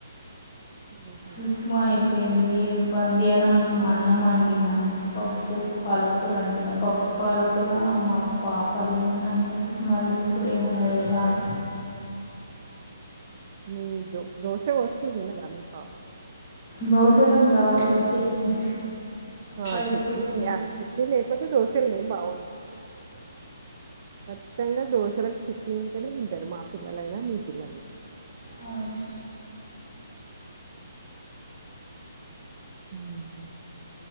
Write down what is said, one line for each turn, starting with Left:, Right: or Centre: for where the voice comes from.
Right: హుహు.
Left: ఉప్మా అయి పోయింది మధ్యాహ్నం అన్నం వండినం పప్పు పాలకూర వండినం పప్పు పాలకుర మా పాప తినను అన్నది మళ్ళీ ఇప్పుడు ఏమన్నా చేయాలి
Right: మీ దో దోశ పోస్తే తినదా మీ పాప
Left: దోసోలకి గావాల్గా చట్నీ
Right: ఆ
Left: పల్లి
Right: చిట్నీ
Left: చట్నీ
Right: చిట్నీ లేకపోతే దోశలు ఏం బాగుండదు ఖచ్చితంగా దోశలకు చిట్నీ ఉంటేనే తింటారు మా పిల్లలైనా మీ పిల్లలైనా
Left: అవును
Right: ఉమ్